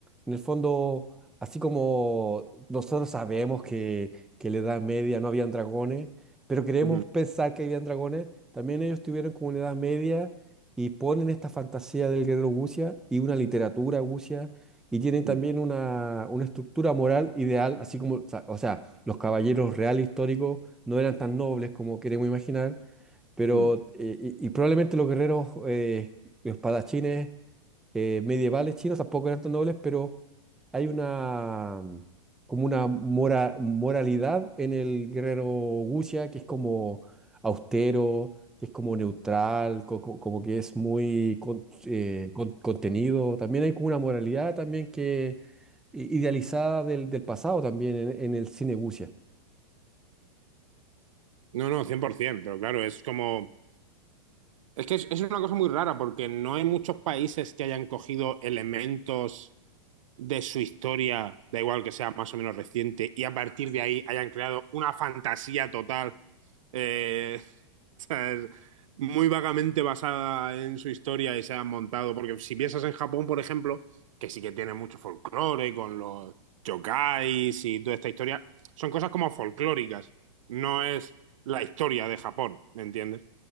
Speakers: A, in the centre; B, on the right.
A: en el fondo, así como nosotros sabemos que, que en la Edad Media no habían dragones, pero queremos
B: Ujú,
A: pensar que habían dragones, también ellos tuvieron como una Edad Media y ponen esta fantasía del guerrero Gucia y una literatura Gucia y tienen también
B: ujú,
A: una, una estructura moral ideal, así como, o sea, o sea, los caballeros reales históricos no eran tan nobles como queremos imaginar pero,
B: ujú.
A: eh, y, y probablemente los guerreros, eh, los espadachines eh, medievales chinos tampoco eran tan nobles, pero hay una, mm, como una mora- moralidad en el guerrero Wuxia que es como austero, que es como neutral, co- co- como que es muy con- eh, con- contenido. También hay como una moralidad también que i- idealizada del, del pasado también en, en el cine Wuxia.
B: No, no, 100%, pero claro, es como... Es que es, es una cosa muy rara porque no hay muchos países que hayan cogido elementos de su historia, da igual que sea más o menos reciente, y a partir de ahí hayan creado una fantasía total eh, <laughs> O sea, es muy vagamente basada en su historia y se han montado. Porque si piensas en Japón, por ejemplo, que sí que tiene mucho folclore con los yokais y toda esta historia, son cosas como folclóricas. No es la historia de Japón, ¿me entiendes?